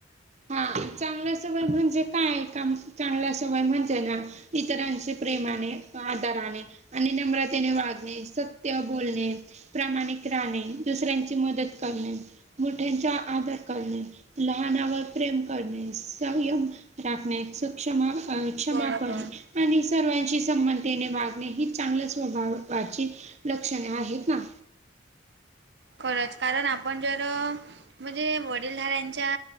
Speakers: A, on the right; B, on the right.
A: हा चांगल्या सवय म्हणजे काय? काम चांगल्या सवय म्हणजे ना इतरांशी प्रेमाने आधाराने राहणे आणि नम्रतेने वागणे, सत्य बोलणे. प्रामाणिक राहणे, दुसऱ्यांची मदत करणे, मोठ्यांचा आदर करणे, लहानांवर प्रेम करणे, संयम राखणे, क्ष्मा- क्षमा
B: बरोबर.
A: करणे, आणि सर्वांशी संमतेने वागणे ही चांगल्या स्वभावाची लक्षणे आहेत ना.
B: खरंच कारण आपण जर म्हणजे वडीलधाऱ्यांच्या